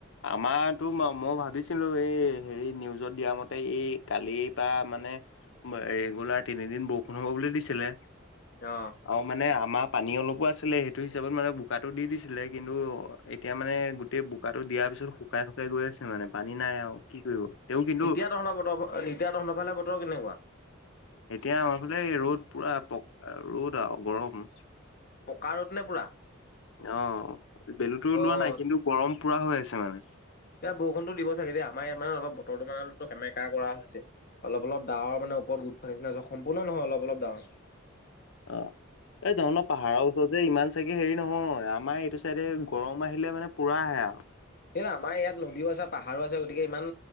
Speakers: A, on the left; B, on the left.
A: আমাৰটো ম' মই ভাবিছিলোঁ এই হেৰি, নিউজত দিয়া মতে এই কালি পা মানে ম এই গলা তিনিদিন বৰষুণ হ'ব বুলি দিছিলে।
B: অহ।
A: অ', মানে আমাৰ পানীও লগৱা আছিলে সেইটোও হিচাপত মানে বোকাটো দি দিছিলে। কিন্তু অ', এতিয়া মানে গোটেই বোকাটো দিয়াৰ পিছত শুকাই শুকাই গৈ আছে মানে। পানী নাই আৰু কি কৰিব। তেওঁ কিন্তু
B: এতিয়া তহঁতৰ বতৰ বৰ এতিয়া তহঁতৰ ফালে বতৰ কেনেকুৱা?
A: এতিয়া আমাৰ ফালে ৰ'দ পুৰা পক আৰু ৰ'দ আৰু গৰম।
B: পকা ৰ'দ নে পুৰা?
A: অ', বেলুতো ওলোৱা
B: অ',
A: নাই কিন্তু গৰম পুৰা হৈ আছে মানে।
B: এতিয়া বৰষুণতো দিব চাগে দেই। আমাৰ ইয়াত মানে অলপ বতৰতো মানে অলপতো সেমেকা কৰা হৈছে। অলপ অলপ ডাৱৰ মানে ওপৰত গোট খোৱা নিচিনা হৈছে সম্পূৰ্ণ নহয় অলপ অলপ ডাৱৰ।
A: অ', এই তহঁতৰ পাহাৰৰ তহঁতে ইমান চাগে হেৰি নহয়, আমাৰ এইটো চাইডে গৰম আহিলে মানে পুৰা আহে আৰু।
B: সেইটোৱে আমাৰ ইয়াত নদীও আছে পাহাৰো আছে গতিকে ইমান